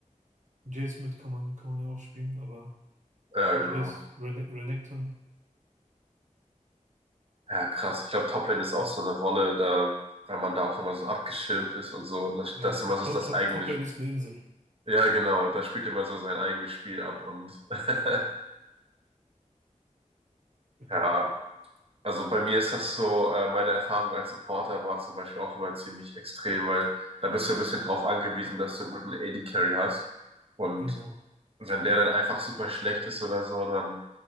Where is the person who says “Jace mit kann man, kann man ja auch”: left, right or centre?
Right